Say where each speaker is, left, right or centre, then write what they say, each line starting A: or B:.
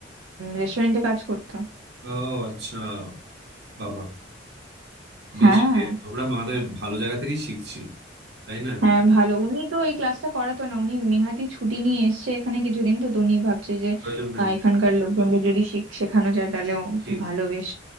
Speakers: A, on the right (about 85°); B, on the right (about 60°).
A: রেস্টুরেন্টে কাজ করতো
B: ও আচ্ছা বাবা বেশ
A: হ্যাঁ
B: এ, আমরা আমাদের ভালো জায়গা থেকেই শিখছি তাই না
A: হ্যাঁ ভালো উনি তো এই ক্লাসটা করাতো না উনি নেহাতি ছুটি নিয়ে এসেছে এখানে কিছুদিন তো তো উনি ভাবছে যে
B: প্রয়োজন নেই
A: আহ, এখানকার লোকজনদের যদি শিখ- শেখানো যায় তাহলে
B: ঠিক
A: ভালো বেশ